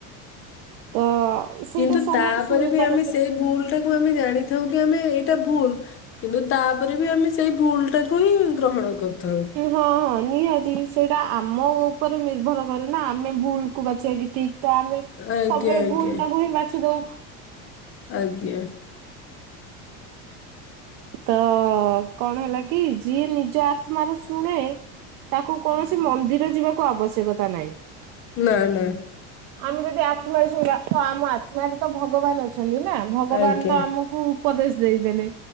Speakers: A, on the right; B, on the left.
A: ତ ସେଇଟା
B: କିନ୍ତୁ
A: ସମସ୍ତେ
B: ତାପରେ
A: ଶୁଣି
B: ବି
A: ପାରନ୍ତିନି।
B: ଆମେ ସେଇ ଭୁଲ ଟାକୁ ଆମେ ଜାଣିଥାଉ କି ଆମେ ଏଇଟା ଭୁଲ କିନ୍ତୁ ତାପରେ ବି ଆମେ ସେଇ ଭୁଲ ଟାକୁ ହିଁ ଗ୍ରହଣ କରିଥାଉ।
A: ହଁ ହଁ ନିହାତି ସେଇଟା ଆମ ଉପରେ ନିର୍ଭର କରେ ନା ଆମେ ଭୁଲକୁ ବାଛିବା କି ଠିକ୍। ତ ଆମେ
B: ଆଜ୍ଞା
A: ସବୁବେଳେ
B: ଆଜ୍ଞା
A: ଭୁଲ ଟା କି ହି ବାଛି ଦୋଉ।
B: ଆଜ୍ଞା।
A: ତ କଣ ହେଲା କି ଯିଏ ନିଜ ତ୍ମାର ଶୁଣେ ତାକୁ କୌଣସି ମନ୍ଦିର ଯିବାକୁ ଆବଶ୍ୟକତା ନାହିଁ।
B: ନା ନା।
A: ଆମେ ଯଦି ଆତ୍ମାରେ ଶୁଣିବା ତ ଆମ ଆତ୍ମାରେ ତ ଭଗବାନ ଅଛନ୍ତି ନା ଭଗବାନ
B: ଆଜ୍ଞା
A: ତ ଆମ କୁ ଉପଦେଶ ଦେଇଦେଲେ